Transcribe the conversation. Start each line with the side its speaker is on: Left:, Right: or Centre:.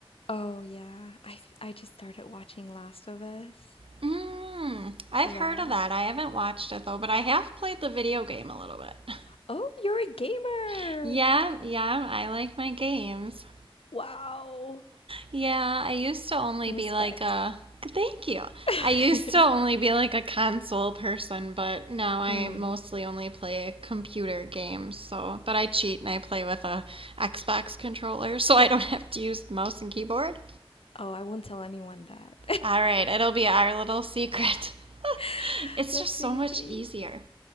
Left: Oh, yeah. I f- I just started watching Last of Us.
Right: Hmm. I've
Left: Yeah.
Right: heard of that. I haven't watched it though, but I have played the video game a little bit.
Left: Oh, you're a gamer.
Right: <laughs> yeah, yeah, I like my games.
Left: Wow.
Right: Yeah, I used to only
Left: Respect.
Right: be like a thank you.
Left: <laughs>
Right: I used to only be like a console person, but now I
Left: Mm.
Right: mostly only play computer games. So, but I cheat and I play with a Xbox controller, so I don't <laughs> have to use mouse and keyboard.
Left: Oh, I won't tell anyone that.
Right: All right, it'll be our little secret.
Left: <laughs>
Right: <laughs> it's
Left: That's
Right: just
Left: crazy.
Right: so much easier.